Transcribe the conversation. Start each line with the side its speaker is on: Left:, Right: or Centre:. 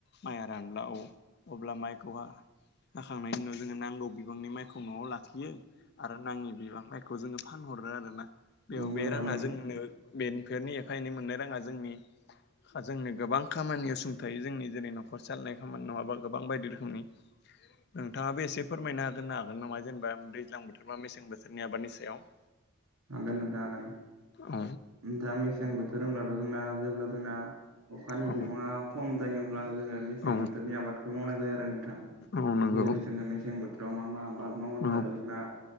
Left: माइआ रानला औ अब्ला माइखौ हा जाखांनायनि उनाव जोङो नांगौ बिबांनि माइखौ न'आव लाखियो। आरो नाङि बिबां माइखौ जोङो फानहरो आरोना। बेयाव
Right: नंगौ
Left: बे
Right: नोंथां
Left: राङा
Right: नंगौ
Left: जोंनो बेफोरनि एफा एनै मोननाय राङा जोंनि जोंनो गोबां खामानियाव सुं थाय। जोंनि जेरै- न'खर सालानाय खामानि नङाबा गोबां बायदि रोखोमनि। नोंथाङाबो एसे फोरमायना हानो हागोन नामा जेनेबा दैज्लां बोथोर बा मेसें बोथोरनि आबादनि सायाव? <inaudible>
Right: हागोन नोंथा हागोन।
Left: औ
Right: दा मेसें बोथोर होनब्लाथ' जोंना जेब्ला जोंना अखानि
Left: औ
Right: बिबाङा खम जायो अब्लानो जोङो मेसें
Left: औ
Right: बोथोरनि आबादखौ मावनाय जायो आरो नोंथां।
Left: औ नंगौ
Right: जेरै- जोङो मेसें बोथोराव मा मा आबाद मावो
Left: औ
Right: होनब्लाथ' जोंना